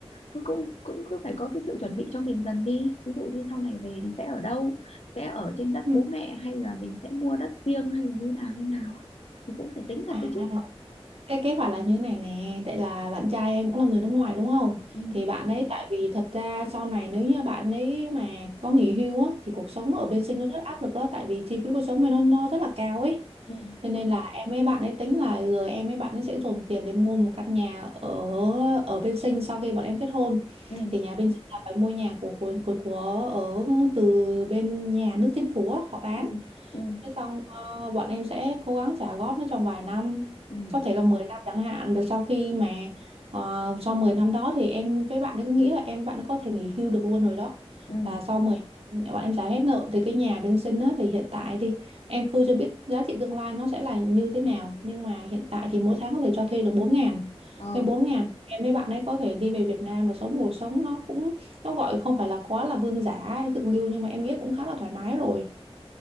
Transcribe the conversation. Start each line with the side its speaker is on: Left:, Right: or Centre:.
Left: cứ cũng cũng cứ phải có cái sự chuẩn bị cho mình dần đi ví dụ như sau này về thì sẽ ở đâu sẽ ở trên đất
Right: Ừ.
Left: bố mẹ hay là mình sẽ mua đất riêng hay là như nào như nào á thì cũng phải tính thật
Right: à
Left: đấy chứ
Right: cái kế hoạch là như thế này nè tại là bạn trai em cũng là người nước ngoài đúng không
Left: ừ
Right: thì bạn ấy tại vì thật ra sau này nếu như bạn ấy mà có nghỉ hưu á thì cuộc sống ở bên Sinh nó rất áp lực á tại vì chi phí cuộc sống bên nó nó rất là cao ấy
Left: ừ
Right: cho nên là em với bạn ấy tính là giờ em với bạn ấy sẽ dồn tiền để mua một căn nhà ở ở bên Sinh sau khi bọn em kết hôn
Left: ừ
Right: thì nhà bên Sinh là phải mua nhà của của của, của ở từ bên nhà nước chính phủ á họ bán
Left: ừ ừ
Right: Thế xong ờ, bọn em sẽ cố gắng trả góp nó trong vài năm
Left: ừ
Right: có thể là 10 năm chẳng hạn rồi sau khi mà ờ, sau 10 năm đó thì em với bạn ấy cứ nghĩ là em với bạn ấy có thể nghỉ hưu được luôn rồi đó
Left: ừ
Right: là sau 10 năm bọn em trả hết nợ thì cái nhà bên sinh á, thì hiện tại thì em cứ chưa biết giá trị tương lai nó sẽ là như thế nào nhưng mà hiện tại thì mỗi tháng có thể cho thuê được 4 ngàn
Left: ờ
Right: với 4 ngàn em với bạn ấy có thể đi về Việt Nam và sống cuộc sống nó cũng nó gọi không phải là quá là vương giả hay thượng lưu nhưng mà em nghĩ cũng khá là thoải mái rồi